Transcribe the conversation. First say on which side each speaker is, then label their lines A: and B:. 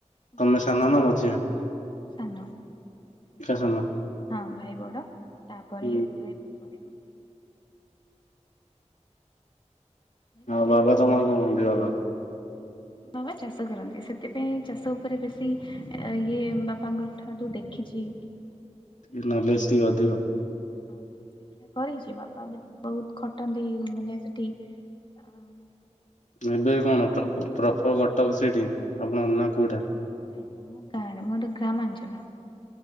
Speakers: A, on the left; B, on the left.
A: ସମସ୍ତେ
B: ତମେ ସାନ ନା ମଝିଆଁ?
A: ମୁଁ ସାନ। ହଁ
B: ସାନ
A: ଭାଇ ବଡ଼ ତାପରେ
B: ହୁଁ।
A: ଭାଇ ପରେ ମୁଁ। ଭାଇ
B: ଆଉ
A: ପରେ
B: ବାବା
A: ନୁହେଁ
B: ତମର କଣ କଅନ୍ତି ବାବା।
A: ବାବା ଚାଷ କରନ୍ତି, ସେଥିପାଇଁ ଚାଷ ଉପରେ ବେଶୀ ଇଏ ବାପାଙ୍କ ଠାରୁ ଦେଖିଚି। ଯିଏ କି
B: ଟି ନଲେସ୍ ଟିକେ ଅଧିକ।
A: ହଁ ଶିକ୍ଷା କରେଇଚି ବାପା ବି ବହୁତ୍ ଖଟନ୍ତି, ମାନେ ସେଠି। ଆଉ
B: ଏବେ କଣ ପପ୍ ପ୍ରପର କଟକ ସେଇଠି ଆପଣଙ୍କ, ନା କୋଉଟା?
A: ନାଇଁ ନାଇଁ ମୁଁ ଗାଁରେ ମୋର ଗ୍ରାମାଞ୍ଚଳ।